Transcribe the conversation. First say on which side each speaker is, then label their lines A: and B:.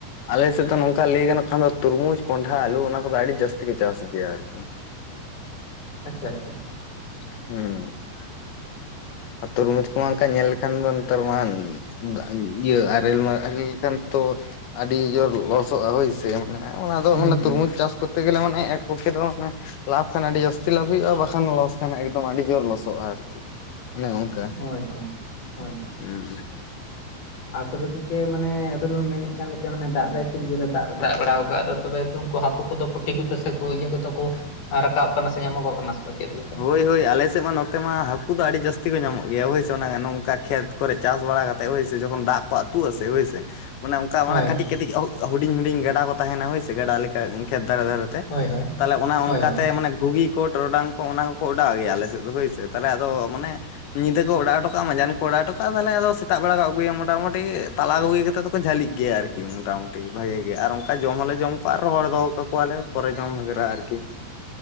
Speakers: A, on the left (about 80°); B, on the left (about 60°).
A: ᱟᱞᱮ ᱥᱮᱫ ᱫᱚ ᱱᱚᱝᱠᱟ ᱞᱟᱹᱭ ᱜᱟᱱᱚᱜ ᱠᱷᱟᱱ ᱫᱚ ᱛᱩᱨᱢᱩᱡᱽ ᱠᱚᱸᱱᱰᱷᱟ ᱟᱞᱩ ᱚᱱᱟ ᱠᱚᱫᱚ ᱟᱹᱰᱤ ᱡᱟᱹᱥᱛᱤ ᱠᱚ ᱪᱟᱥ ᱜᱮᱭᱟ ᱟᱨᱠᱤ ᱾
B: ᱟᱪᱪᱷᱟ ᱟᱪᱪᱷᱟ ᱾
A: ᱦᱩᱸ ᱾ ᱟ ᱛᱚᱨᱢᱩᱡᱽ ᱠᱚᱢᱟ ᱦᱟᱜ ᱠᱷᱟᱡ ᱧᱮᱞ ᱞᱮᱠᱷᱟᱱ ᱫᱚ ᱱᱮᱛᱟᱨ ᱢᱟ <inaudible> ᱤᱭᱟᱹ ᱟᱨᱮᱞ ᱢᱟ ᱟᱨᱮᱞ ᱠᱟᱱ ᱛᱚ ᱟᱹᱰᱤ ᱡᱳᱨ ᱞᱚᱥᱚᱜᱼᱟ ᱦᱳᱭ ᱥᱮ ᱢᱟᱱᱮ ᱚᱱᱟ ᱫᱚ
B: ᱦᱩᱸ
A: ᱢᱟᱱᱮ
B: ᱦᱩᱸ
A: ᱛᱩᱨᱢᱩᱡᱽ ᱪᱟᱥ ᱠᱚᱛᱛᱮ ᱜᱮᱞᱮ ᱢᱟᱱᱮ ᱮᱠ ᱯᱚᱠᱠᱷᱮ ᱫᱚ ᱢᱟᱱᱮ ᱞᱟᱵᱷ ᱠᱷᱟᱱ ᱟᱹᱰᱤ ᱡᱟᱹᱥᱛᱤ ᱞᱟᱵᱷ ᱦᱩᱭᱩᱜᱼᱟ ᱵᱟᱠᱷᱟᱱ ᱞᱚᱥ ᱠᱷᱟᱱ ᱮᱠᱫᱚᱢ ᱟᱹᱰᱤ ᱡᱳᱨ ᱞᱚᱥᱚᱜᱼᱟ ᱟᱨᱠᱤ ᱾ ᱚᱱᱮ ᱚᱝᱠᱟ
B: ᱦᱳᱭ ᱦᱳᱭ ᱦᱳᱭ
A: ᱦᱩᱸ ᱾
B: ᱟᱨ ᱛᱚᱵᱮ ᱜᱚᱝᱠᱮ ᱢᱟᱱᱮ ᱟᱵᱮᱱ ᱵᱮᱱ ᱢᱮᱱᱮᱜ ᱠᱟᱱ ᱞᱮᱠᱟ ᱢᱟᱱᱮ ᱫᱟᱜ ᱫᱟᱭ ᱠᱷᱩᱵ ᱡᱳᱨᱮ ᱫᱟᱜ ᱫᱟᱜ ᱵᱟᱲᱟ ᱟᱠᱟᱜᱼᱟ ᱟᱫᱚ ᱛᱚᱵᱮ ᱠᱩ ᱦᱟᱹᱠᱩ ᱠᱚᱫᱚ ᱯᱩᱴᱷᱤ ᱠᱚᱫᱚ ᱥᱮ ᱤᱭᱟᱹ ᱠᱚᱫᱚ ᱠᱚ ᱨᱟᱠᱟᱵ ᱠᱟᱱᱟ ᱥᱮ ᱧᱟᱢᱚᱜ ᱠᱟᱱᱟ ᱥᱮ ᱠᱚ ᱪᱮᱫ ᱞᱮᱠᱟ?
A: ᱦᱳᱭ ᱦᱳᱭ ᱟᱞᱮ ᱥᱮᱜ ᱢᱟ ᱱᱚᱛᱮ ᱢᱟ ᱦᱟᱹᱠᱩ ᱫᱚ ᱟᱹᱰᱤ ᱡᱟᱹᱥᱛᱤ ᱠᱚ ᱧᱟᱢᱚᱜ ᱜᱮᱭᱟ ᱦᱳᱭᱥᱮ ᱚᱱᱟ ᱱᱚᱝᱠᱟ ᱠᱷᱮᱛ ᱠᱚᱨᱮᱜ ᱪᱟᱥ ᱵᱟᱲᱟ ᱠᱟ ᱠᱟᱛᱮᱫ ᱦᱳᱭᱥᱮ ᱡᱚᱠᱷᱚᱱ ᱫᱟᱜ ᱠᱚ ᱟ ᱛᱩᱜᱼᱟ ᱥᱮ ᱦᱳᱭ ᱥᱮ ᱾ ᱢᱟᱱᱮ ᱚᱝᱠᱟ
B: ᱦᱳᱭ
A: ᱠᱟᱹᱴᱤᱡ ᱠᱟᱹᱴᱤᱡ ᱦᱚ ᱦᱩᱰᱤᱧ ᱦᱩᱰᱤᱧ ᱜᱟᱰᱟ ᱠᱚ ᱛᱟᱦᱮᱱᱟ ᱦᱳᱭ ᱥᱮ ᱜᱟᱰᱟ ᱞᱮᱠᱟ ᱮ ᱠᱷᱮᱛ ᱫᱷᱟᱨᱮ ᱫᱷᱟᱨᱮ ᱛᱮ
B: ᱦᱳᱭ ᱦᱳᱭ
A: ᱛᱟᱦᱚᱞᱮ ᱚᱱᱮ
B: ᱦᱳᱭ
A: ᱚᱝᱠᱟ
B: ᱦᱳᱭ
A: ᱛᱮ ᱢᱟᱱᱮ ᱜᱷᱩᱜᱤ ᱠᱚ ᱴᱚᱨᱚᱰᱟᱝ ᱠᱚ ᱚᱱᱟ ᱠᱚᱠᱚ ᱚᱰᱟᱣ ᱜᱮᱭᱟ ᱟᱞᱮ ᱥᱮᱫ ᱫᱚ ᱦᱳᱭ ᱥᱮ, ᱛᱟᱦᱚᱞᱮ ᱟᱫᱚ ᱢᱟᱱᱮ ᱧᱤᱫᱟᱹ ᱠᱚ ᱚᱰᱟᱣ ᱴᱚᱠᱟᱜᱼᱟ ᱢᱟᱡᱟᱱ ᱠᱚ ᱚᱰᱟᱣ ᱴᱚᱠᱟᱜᱼᱟ ᱛᱟᱦᱚᱞᱮ ᱟᱫᱚ ᱥᱮᱛᱟᱜ ᱵᱮᱲᱟ ᱠᱚ ᱟᱹᱜᱩᱭᱟ ᱢᱚᱴᱟᱢᱩᱴᱤ ᱛᱟᱞᱟ ᱜᱩᱜᱷᱤ ᱠᱟᱛᱮ ᱡᱷᱟᱹᱞᱤᱜ ᱜᱮᱭᱟ ᱟᱨᱠᱤ ᱢᱚᱴᱟᱢᱩᱴᱤ ᱵᱷᱟᱜᱮ ᱜᱮ, ᱟᱨ ᱚᱝᱠᱟ ᱡᱚᱢ ᱦᱚᱸᱞᱮ ᱡᱚᱢ ᱠᱚᱣᱟ ᱟ ᱨᱚᱦᱚᱲ ᱫᱚᱦᱚ ᱠᱟᱠᱚᱣᱟᱞᱮ ᱯᱚᱨᱮ ᱡᱚᱢ ᱵᱷᱟᱜᱨᱟ ᱟᱨᱠᱤ ᱾